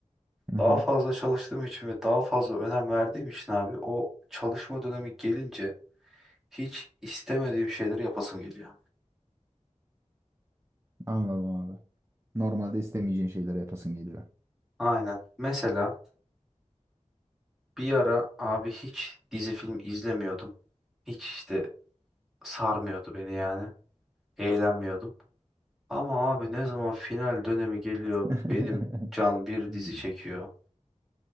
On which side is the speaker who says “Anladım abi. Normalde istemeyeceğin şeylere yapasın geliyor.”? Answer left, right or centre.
Right